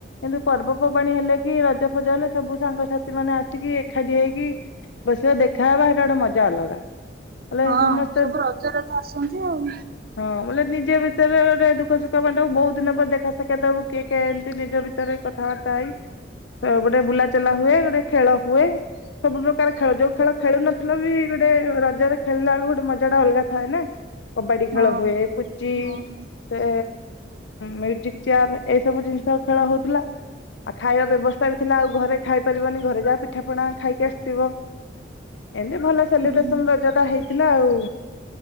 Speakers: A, on the left; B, on the right.
A: କିନ୍ତୁ ପର୍ବପର୍ବାଣୀ ହେଲେ କି ରଜ ଫଜ ହେଲେ ସବୁ ସାଙ୍ଗସାଥି ମାନେ ଆସିକି ଏକାଠି ହେଇକି ବସିବା ଦେଖାହବା ସେଟା ଗୋଟେ ମଜା ଅଲଗା। ବୋଲେ
B: ହଁ
A: ସମସ୍ତେ
B: ସବୁ ରଜ ରଜ ଆସନ୍ତି ଆଉ।
A: ହଁ ବୋଲେ ନିଜ ଭିତରେ ଦୁଃଖ ସୁଖ ବାଣ୍ଟାକୁ ବହୁତ ଦିନ ପରେ ଦେଖା ସାଖା ଦବୁ କିଏ କେଏ ଏମିତି ନିଜ ଭିତରେ ଭିତରେ କଥାବାର୍ତ୍ତା ହେଇ ଗୋଟେ ବୁଲାଚଲା ହୁଏ ଗୋଟେ ଖେଳ ହୁଏ। ସବୁ ପ୍ରକାର ଖେଳ ଯୋଉ ଖେଳ ଖେଳୁନଥିଲ ବି ଗୋଟେ ରଜରେ ଖଳିଲା ବେଳକୁ ଗୋଟେ ମଜା ଟା ଅଲଗା ଥାଏ ନା କବାଡି ଖେଳ
B: ହଁ
A: ହୁଏ ପୁଚି
B: ହଁ ହଁ ହୁଁ
A: ସେ ମ୍ୟୁଜିକ ଚେୟାର ଏଇ ସବୁ ଜିନିଷ ଖେଳ ହଉଥିଲା। ଆଉ ଖାଇବା ବ୍ୟବସ୍ଥା ବି ଥିଲା ଆଉ ଘରେ ଖାଇ ପାରିବନି ଘରେ ଯାହା ପିଠା ପଣା ଖାଇକି ଆସିଥିବ। ଏମତି ଭଲ ସେଲିବ୍ରେସନ
B: ହୁଁ
A: ରଜ ଟା ହେଇଥିଲା ଆଉ